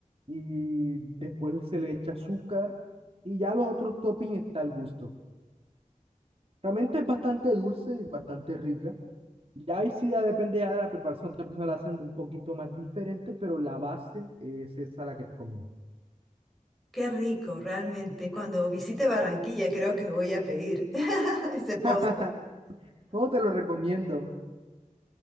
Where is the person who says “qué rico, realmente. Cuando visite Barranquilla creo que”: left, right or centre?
Centre